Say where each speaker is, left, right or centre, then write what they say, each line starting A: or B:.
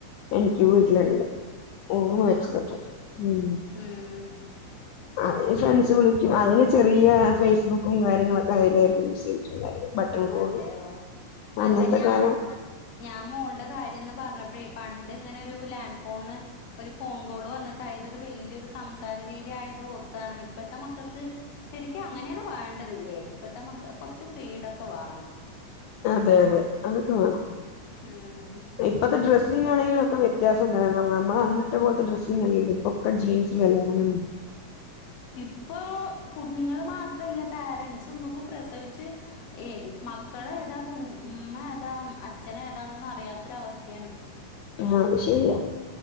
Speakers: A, on the left; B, on the left.
A: എനിക്ക് വീട്ടില്ണ്ട്. ഓർമ്മ വെച്ച <unintelligible> തൊട്ട് ഉം
B: ഉം ഉം
A: അതില് ഫ്രണ്ട്സ് വിളിയ്ക്കും. അതില് ചെറിയ ഫെയ്സ്ബുക്കും കാര്യങ്ങളൊക്കെ അതയ്ലായിരുന്നു യൂസെയ്തിട്ടുണ്ടായിരുന്നെ. ബട്ടൺ ഫോണില്,
B: അതെയോ
A: അന്നത്തെ
B: അല്ല ഞാൻ
A: കാലം
B: ഞാൻ മോൾടെ കാര്യംന്ന് പറഞ്ഞപ്പഴേ, പണ്ട്ങ്ങനെ ഒരു ലാൻഡ് ഫോണ് ഒരു ഫോൺ കോള് വന്ന്ട്ട് അയ്തൊരു വൽയൊരു സംസാര രീതിയായത് ഓർത്താണ്. ഇപ്പഴ്ത്തെ മക്കക്ക് ശരിക്കും അങ്ങനെയാണ് വേണ്ടതില്ലേ ഇപ്പഴത്തെ നമുക്ക് കുറച്ച് ഫ്രീഡൊക്കെ വേണം
A: അതെ അതെ അതൊക്കെ വേണം
B: ഉം
A: ഇപ്പത്തെ
B: ഇതിപ്പോ
A: ഡ്രെസ്സിങ്ങാണെങ്കിലുംക്കെ വ്യത്യാസം ഉണ്ട് നമ്മള് അനിട്ട് പോലത്തെ ഡ്രസ്സില്ല ഇപ്പൊക്കെ ജീൻസല്ലാവര
B: ഇപ്പൊ കുഞ്ഞുങ്ങള്ൾ മാത്രല്ല പോരന്റ്സ് മുമ്പ ഇപ്പോ പ്രസവിച്ച് ഏഹ് മക്കള ഏതാ ഉമ്മ ഏതാ അച്ഛന ഏതാണൊും അറിയാത്തൊര അവസ്ഥയാണ്
A: ആഹ് അത് ശരിയാ